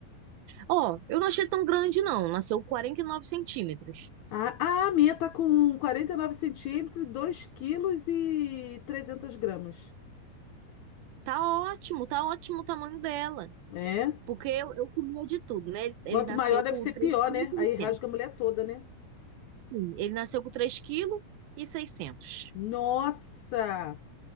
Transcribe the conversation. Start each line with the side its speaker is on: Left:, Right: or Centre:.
Right: Ó, eu não achei tão grande, não. Nasceu 49 centímetros.
Left: Ah, ah, a minha tá com 49 centímetros, 2 quilos e 300 gramas.
Right: Tá ótimo, tá ótimo o tamanho dela.
Left: É?
Right: Porque eu, eu comia de tudo, né? Ele,
Left: Quanto
Right: ele nasceu
Left: maior deve
Right: com
Left: ser
Right: 3,6
Left: pior, né? Aí rasga
Right: kg.
Left: a mulher toda, né?
Right: Sim, ele nasceu com 3,6 kg.
Left: Nossa!